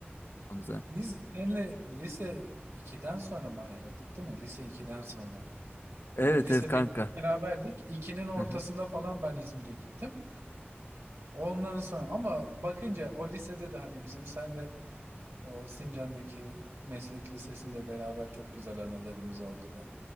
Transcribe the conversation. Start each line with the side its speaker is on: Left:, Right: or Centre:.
Left: Hamza.
Right: biz seninle lise ikiden sonra mı ayrıldık değil mi? Lise ikiden sonra.
Left: Evet
Right: Bir lise
Left: evet kanka.
Right: bir beraberdik. İkinin ortasında
Left: Hı hı.
Right: falan ben İzmir'e gittim. Ondan sonra ama bakınca o lisede de hani bizim sen de o Sincan'daki meslek lisesinde beraber çok güzel anılarımız oldu be.